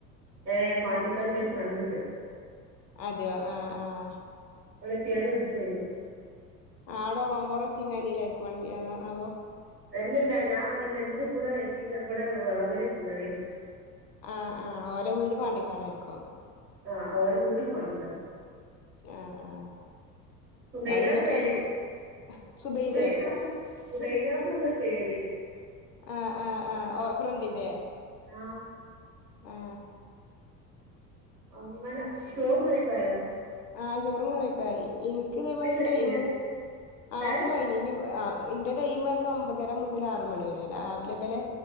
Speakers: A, on the right (about 85°); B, on the left (about 85°).
A: ഏഹ് പാണ്ടികാടെന്റൊരു ഫ്രണ്ടണ്ട്
B: അതെയൊ <unintelligible>
A: അവിടെത്തിയാനൊ <unintelligible>
B: ആടൊറോപൊറോം യെത്തീകാനേലാരിക്കുവേണങ്കി ഏതാണാവൊ
A: അല്ലല്ല ഞാ എന്റെകൂടെയെത്തീ ഞങ്ങടെ വളകരയത്തീങ്കാനേല്
B: ആഹ് ആഹ് ഓലവീട് പാണ്ടികാടായിരിക്കും.
A: ആഹ് ഓൻവീട് പാണ്ടികാട്
B: ആഹ് ആഹ്
A: സുബൈദാനേര്
B: അവന്റെ ടൈം സുബൈദേ
A: സുബൈദ പേര്
B: ആ ആ ആ ഓഫറിണ്ടില്ലെ
A: ആ
B: ആ
A: അങ്ങന ചോറുങ്ങറിയൊക്കായൊ
B: ആ ചോറും കറിയൊക്കായി ഇനിക്കിതെമാരിടൈമ്
A: കഴിഞ്ഞില്ലേ
B: ആ
A: ഏ
B: ഒക്കകഴിഞ്ഞ് ഇനി- ആ ന്റെടൈമ് പറയുമ്പോ ഒമ്പതരമുതലാറുമണിവരെ രാവിലെ വലെ